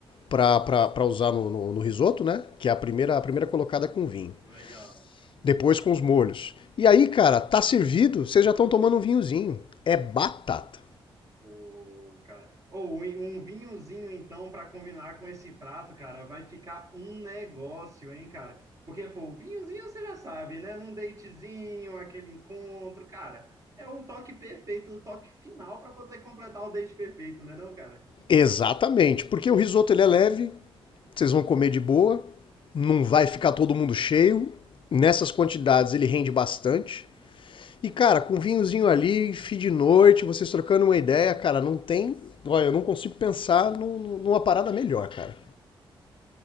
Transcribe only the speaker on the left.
para usar no, no, no risoto, né? Que é a primeira, a primeira colocada com vinho.
Depois com os molhos. E aí, cara, tá servido, vocês já estão tomando um vinhozinho. É batata.
Exatamente, porque o risoto ele é leve, vocês vão comer de boa, não vai ficar todo mundo cheio. Nessas quantidades ele rende bastante. E cara, com um vinhozinho ali, fim de noite, vocês trocando uma ideia, cara, não tem. Olha, eu não consigo pensar num- numa parada melhor, cara.